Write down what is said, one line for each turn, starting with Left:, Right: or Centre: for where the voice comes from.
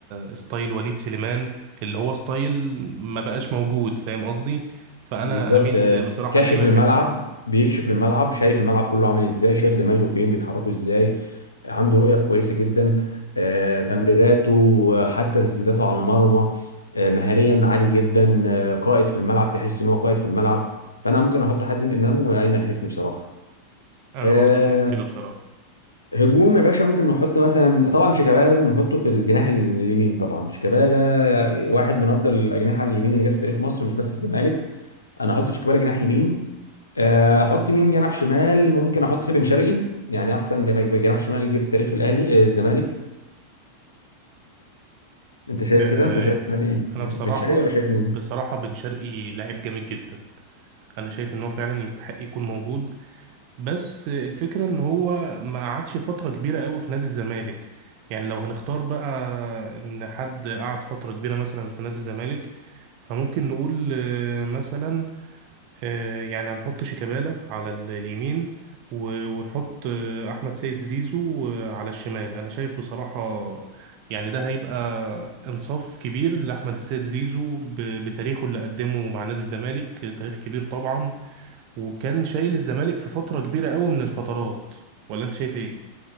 Right: آه، ستايل وليد سليمان اللي هو ستايل ما بقاش موجود فاهم قصدي فانا
Left: بالظبط
Right: اميل
Left: آه،
Right: بصراحه
Left: كاشف
Right: لايمن
Left: الملعب
Right: حفني
Left: بيكشف الملعب شايف الملعب كله عامل ازاي شايف زمايله فين بيتحركوا ازاي عنده رؤية كويسة جدا آه، تمريراته آه، حتى تسديداته على المرمى آه، مهاريا عالي جدا آه، قائد في الملعب تحس ان هو قائد في الملعب فانا ممكن احط حازم امام وايمن حفني بصراحة
Right: انا
Left: آه،
Right: برضو شايف كده بصراحه
Left: هجوم يا باشا ممكن نحط مثلا طبعا شيكابالا لازم نحطه في الجناح اليمين طبعا شيكابالا واحد من افضل الاجنحة اليمين اللي جت في تاريخ مصر مش بس الزمالك انا احط شيكابالا جناح يمين آه، احط مين جناح شمال ممكن احط بن شرقي يعني احسن بن- جناح شمال جه في تاريخ الاهلي آه، الزمالك انت شايف
Right: آه،
Left: كده انت شايف يعني
Right: انا
Left: بن
Right: بصراحه
Left: شرقي ولا شايف مين
Right: بصراحه بن شرقي لعيب جامد جدا انا شايف ان هو فعلا يستحق يكون موجود بس الفكرة ان هو ما قعدش فترة كبيرة قوي في نادي الزمالك يعني لو هنختار بقى ان حد قعد فترة كبيرة مثلا في نادي الزمالك فممكن نقول آه، مثلا آه، يعني هنحط شيكابالا على ال- اليمين و- ونحط آه، احمد سيد زيزو آه، على الشمال انا شايف بصراحة يعني ده هيبقى انصاف كبير لاحمد السيد زيزو ب- بتاريخه اللي قدمه مع نادي الزمالك آه، تاريخ كبير طبعا وكان شايل الزمالك في فترة كبيرة قوي من الفترات ولا انت شايف ايه